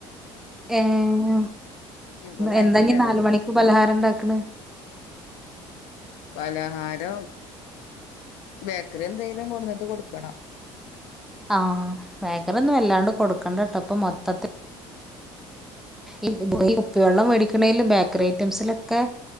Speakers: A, in the centre; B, on the left (about 80°).
A: ഏഹ്
B: ഇപ്പൊ മനസ്സിലായി
A: എന്താ നി നാല മണി പലഹാരണ്ടാക്ക്ണ്
B: പലഹാരം. ബേക്കറി എന്തെങ്കിലും കൊടുട്ട് കൊടുക്കണം.
A: ആഹ വേഗറൊന്നും വല്ലാണ്ട് കൊടുക്കണ്ട കേട്ടോ ഇപ്പൊ മൊത്തത്തി. ഈ ഉപ്പ വെള്ളം മേടിക്കണേലും ബേക്കറി ഐറ്റംസിലൊക്കെ.